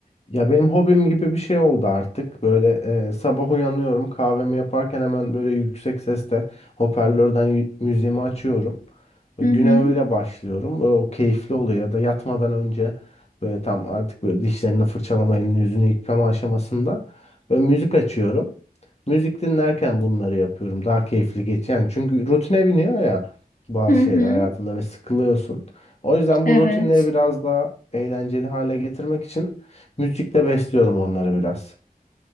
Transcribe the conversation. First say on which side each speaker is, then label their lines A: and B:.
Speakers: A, on the left; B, on the left.
A: Ya benim hobim gibi bir şey oldu artık. Böyle e, sabah uyanıyorum, kahvemi yaparken hemen böyle yüksek sesle hoparlörden y- müziğimi açıyorum. Güne
B: Hı hı.
A: öyle başlıyorum. Böyle o keyifli oluyor ya da yatmadan önce böyle tam artık böyle dişlerini fırçalama, elini yüzünü yıkama aşamasında böyle müzik açıyorum. Müzik dinlerken bunları yapıyorum. Daha keyifli geçiyor. Yani çünkü rutine biniyor ya bazı
B: Hı hı.
A: şeyler hayatında ve sıkılıyorsun. O yüzden
B: Evet.
A: bu rutinleri biraz daha eğlenceli hale getirmek için Müzikle besliyorum onları biraz.